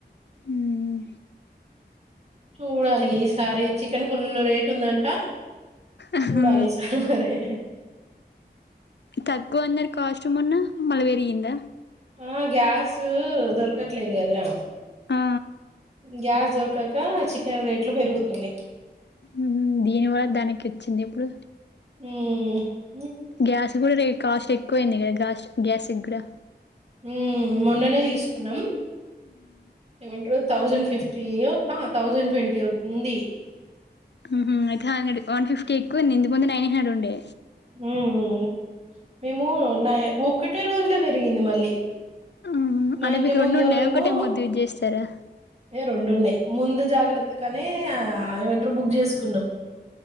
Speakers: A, on the left (about 90°); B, on the right (about 40°).
A: ఉమ్
B: చూడాలి ఈసారి చికెన్ పుల్ల్ రేటు ఉందంట
A: ఉహు
B: సూడాల్ ఇస రే
A: తగ్కువ అన్నారు కాస్టమ్ ఉన్నా మలవేరింద
B: ఆ గ్యాస్ దొరకట్లేదు కదరా
A: ఆ
B: గ్యాస్ దొరకక చికెన్ రేట్లు పెరుగుతున్నాయి
A: ఉమ్ దీని వల్ల దానికి వచ్చింది ఇప్పుడు
B: హ్మ్
A: గ్యాస్ కూడా రే కాస్ట్ ఎక్కువయింది కదాస్ట్ గ్యాస్ బ్రె
B: ఉ మొన్ననే తీసుకున్నాం ఇంట్లో తౌసండ్ ఫిఫ్ థౌజండ్ ట్వంటీ అవుతుంది
A: ఉ హు అయితే హండ్రడ్ వన్ ఫిఫ్టీ ఎక్కు ఉంది ఇకు ముందు నైన్ హండ్రెడ్ ఉండే
B: హ్మ్ మేము న ఒక్కటే రోజుల పెరిగింది మళ్ళీ
A: ఉ
B: మా
A: అంటే
B: ఇంటి
A: మీకు
B: ముందోళ్ళేమో
A: రెండుటయ ఒకటే ముద్దు చేస్తారా
B: రెండున్నాయి ముందు జాగ్రత్తగానే ఏమంటారు బుక్ చేసుకున్నాం